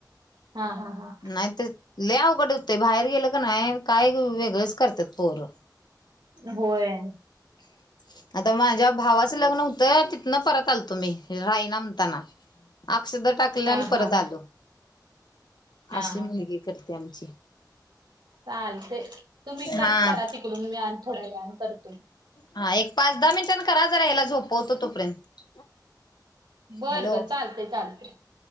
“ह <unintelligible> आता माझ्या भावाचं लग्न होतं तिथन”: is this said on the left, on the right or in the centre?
Left